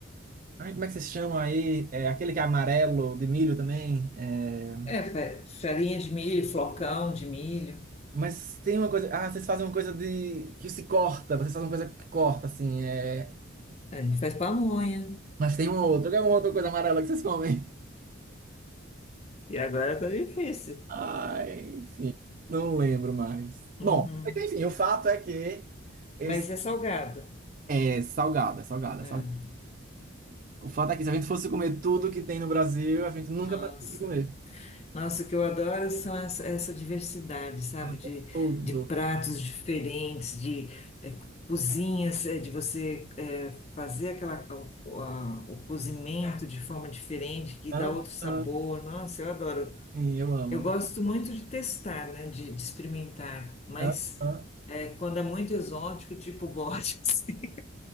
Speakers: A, on the right; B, on the left.
A: Ai, como é que vocês chamam aí? É aquele que é amarelo de milho também. É...
B: É, fa- farinha de milho, flocão de milho.
A: Mas tem uma coisa. Ah, vocês fazem uma coisa de. que se corta. Vocês fazem uma coisa que corta, assim. É...
B: A gente faz pamonha.
A: Mas tem uma outra. Qual é uma outra coisa amarela que vocês comem?
B: E agora tá difícil.
A: <laughs> Ai, enfim. Não lembro mais.
B: Uhum.
A: Bom, mas enfim, o fato é que. Esse...
B: Mas é salgado.
A: É salgado, é salgado, é
B: Ah.
A: salgado. O fato é que se a gente fosse comer tudo que tem no Brasil, a gente nunca
B: Nossa,
A: pararia de comer.
B: nossa, o que eu adoro são essa, essa diversidade, sabe?
A: Ah,
B: De,
A: é tudo.
B: de pratos diferentes, de eh, cozinhas, eh, de você eh, fazer aquela, o, a- o cozimento de forma diferente, que
A: Hã?
B: dá outro sabor.
A: Hã?
B: Nossa, eu adoro.
A: Sim, eu amo.
B: Eu
A: tá
B: gosto muito de testar, né? De, de experimentar, mas
A: Hã? Hã?
B: eh, quando é muito exótico, tipo bote, <laughs> assim,